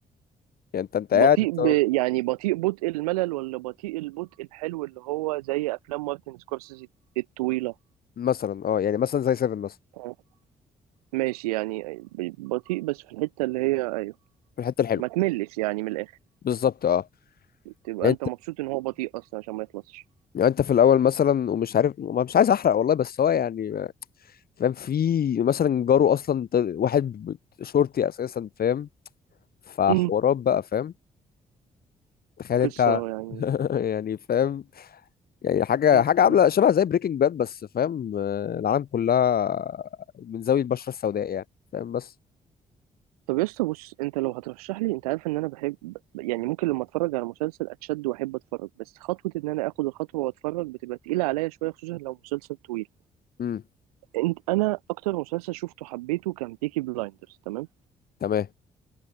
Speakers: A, on the left; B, on the right.
A: يعني أنت أنت
B: بطيء
A: قاعد أنت
B: ب... يعني بطيء بطء الملل ولا بطيء البطء الحلو اللي هو زي افلام مارتن سكورسيزي الطويله
A: مثلا أه يعني مثلا زي سيفن مثلا
B: آه. ماشي يعني ب- بطيء بس في الحته اللي هي ايوه
A: في الحتة الحلوة
B: ما تملش يعني من الاخر
A: بالظبط أه
B: تبقى
A: يعني
B: انت
A: أنت
B: مبسوط ان هو بطيء اصلا عشان ما يخلصش
A: يعني أنت في الأول مثلا ومش عارف ما- مش عايز أحرق والله بس هو يعني آه، فاهم في مثلا جاره أصلا ط- واحد شرطي أساسا فاهم فحوارات
B: <laughs> مم.
A: بقى فاهم تخيل
B: قصه
A: أنت
B: يعني
A: <laughs> يعني فاهم يعني حاجة
B: مم.
A: حاجة عاملة
B: مم.
A: شبه زي بريكنج باد بس فاهم آه، العالم كلها من زاوية البشرة السوداء يعني فاهم بس
B: طب يا اسطى بص انت لو هترشح لي انت عارف ان انا بحب يعني ممكن لما اتفرج على مسلسل اتشد واحب اتفرج بس خطوه ان انا اخد الخطوه واتفرج بتبقى تقيله عليا شويه خصوصا لو مسلسل طويل
A: مم.
B: انت انا اكتر مسلسل شفته حبيته كان بيكي بلايندرز تمام
A: تمام